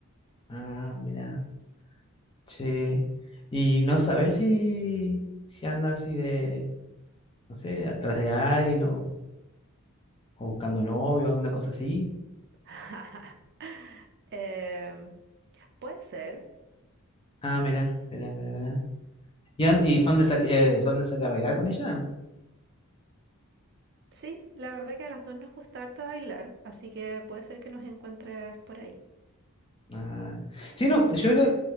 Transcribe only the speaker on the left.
Ah, mira, che. ¿Y no sabes si, si anda así de, no sé, atrás de alguien o, o buscando novio, alguna cosa así?
Ah, mira, mira, mira, mira. ¿Y, an- y son de salir, eh, son de salir a bailar con ella?
Ah. Sí, no, yo, la-